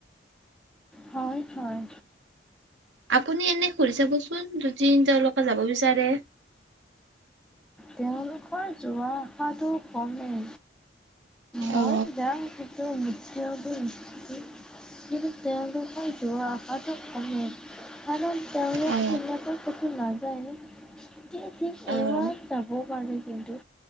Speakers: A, in the centre; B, on the right.
A: হয়। হয়।
B: আপুনি এনে সুধি চাবচোন যদি তেওঁলোকে যাব বিচাৰে।
A: তেওঁলোকৰ যোৱা আশাটো কমেই। মই
B: অ
A: যাওঁ কিন্তু মুঠিয়া দি কিন্তু তেওঁলোক মই যোৱা আশাটো কমে। কাৰণ তেওঁলোক
B: অ
A: এমন কঠোৰ নাই। যায়। কিন্তু ঠিক
B: অ
A: এবাৰ যাব পাৰে কিন্তু